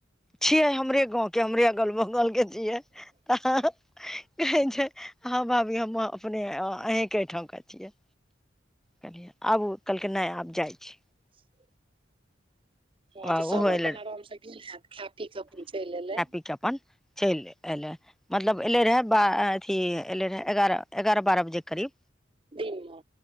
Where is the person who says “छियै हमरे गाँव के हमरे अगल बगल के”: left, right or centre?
Centre